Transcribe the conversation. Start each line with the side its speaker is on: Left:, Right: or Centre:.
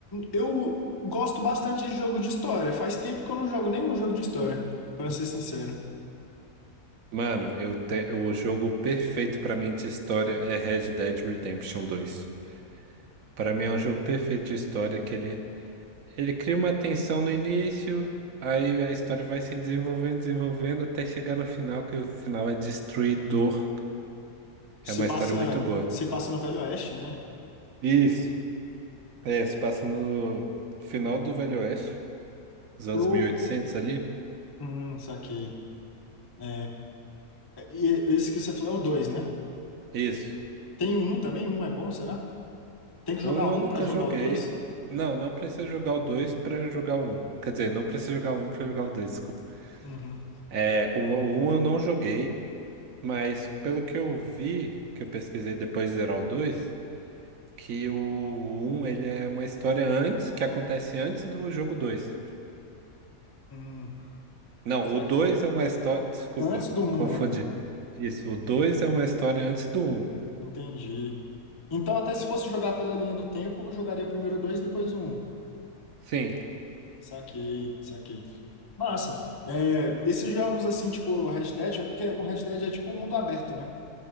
Left: eu gosto bastante de jogo de história. Faz tempo que eu não jogo nenhum jogo de história, pra ser sincero.
Right: Mano, eu te- o jogo perfeito pra mim de história é Red Dead Redemption dois. Pra mim é um jogo perfeito de história que ele ele cria uma tensão no início, aí a história vai se desenvolvendo, desenvolvendo até chegar no final, que o final é destruidor.
Left: Se
Right: É uma história
Left: passa,
Right: muito boa.
Left: se passa no Velho Oeste, né?
Right: Isso. É, se passa no final do Velho Oeste, nos anos
Left: Eu.
Right: 1800 ali.
Left: Hum, saquei. É, e esse que você falou é o 2, né?
Right: Isso.
Left: Tem o um também? Um é bom, será? Tem que jogar
Right: Um
Left: um
Right: eu nunca
Left: pra jogar
Right: joguei.
Left: o dois?
Right: Não, não precisa jogar o dois pra jogar o um. Quer dizer, não precisa jogar o um pra jogar o dois, desculpa.
Left: Uhum.
Right: É, o o um eu não joguei, mas pelo que eu vi, que eu pesquisei depois de zerar o dois, que o um ele é uma história antes, que acontece antes do jogo dois.
Left: Hum,
Right: Não, o
Left: saquei.
Right: 2 é uma história. Desculpa,
Left: Antes do um,
Right: confundi.
Left: né?
Right: Isso, o 2 é uma história antes do um.
Left: Entendi. Então, até se fosse jogar pela linha do tempo, eu jogaria primeiro o 2, depois o Um.
Right: Sim.
Left: Saquei, saquei. Massa. É, esses jogos assim, tipo o Red Dead, é porque o Red Dead é tipo um mundo aberto, né?